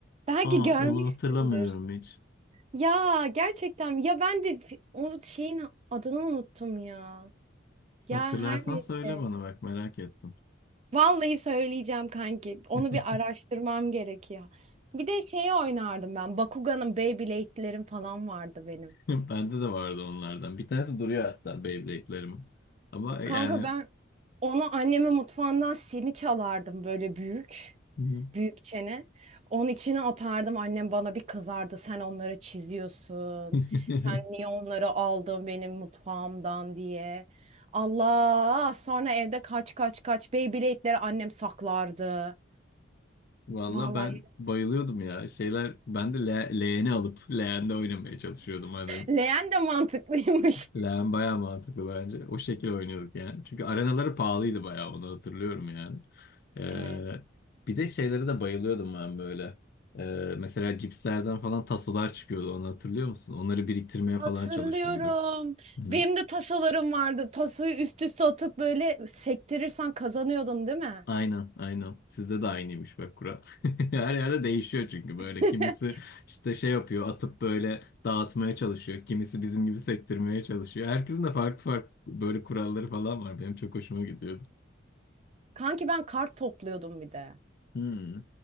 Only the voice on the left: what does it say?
Aa
onu hatırlamıyorum hiç.
Hatırlarsan
söyle bana bak merak ettim.
<laughs>
Bende de vardı onlardan. Bir tanesi duruyor hatta Beyblade'lerimin. Ama yani
<laughs>
Hı hı.
<laughs>
Valla
ben bayılıyordum ya. Şeyler ben de le leğeni alıp <laughs> leğende oynamaya çalışıyordum annem.
Leğen bayağı mantıklı bence. O şekil oynuyorduk yani. Çünkü arenaları pahalıydı bayağı onu hatırlıyorum yani. Ee,
bir de şeylere de bayılıyordum ben böyle. Ee, mesela cipslerden falan tasolar çıkıyordu onu hatırlıyor musun? Onları biriktirmeye
falan çalışıyorduk. Hı.
Aynen, aynen. Sizde de aynıymış bak kural. <laughs> Her yerde değişiyor çünkü böyle.
Kimisi işte şey yapıyor, atıp böyle dağıtmaya çalışıyor. Kimisi bizim gibi sektirmeye çalışıyor. Herkesin de farklı farklı böyle kuralları falan var. Benim çok hoşuma gidiyordu.
Hmm.